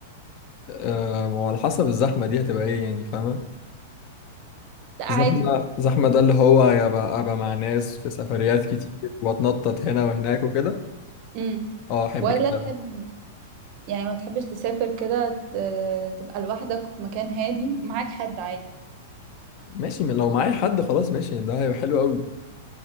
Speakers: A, on the left (about 40°); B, on the right (about 40°).
A: آه ما هو على حسب الزحمة دي هتبقى إيه يعني فاهمة
B: لا
A: زحمة
B: عادي
A: زحمة ده اللي هو يبقى أبقى مع ناس في سفريات كتير وأتنطط هنا وهناك وكده
B: امم
A: أه أحب
B: ولا
A: كده
B: تحب يعني ما بتحبش تسافر كده ت- تبقى لوحدك في مكان هادي ومعاك حد عادي
A: ماشي لو معايا حد خلاص ماشي ده هيبقى حلو قوي